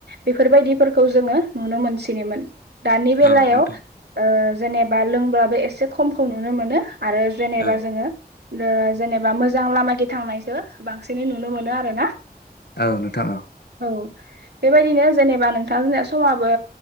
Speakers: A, on the right (about 80°); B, on the left (about 80°).
A: बेफोरबायदिफोरखौ जोङो नुनो मोनसिनोमोन दानि बेलायाव
B: औ नोंथां
A: जेनेबा लोंब्लाबो एसे खमखौ नुनो मोनो आरो जेनेबा
B: औ
A: जोङो जेनेबा मोजां लामाथिं थांनायखो बांसिनै नुनो मोनो आरो ना
B: औ नोंथां औ
A: औ बेबायदिनो जेनेबा नों नोंथां जोंना समाबो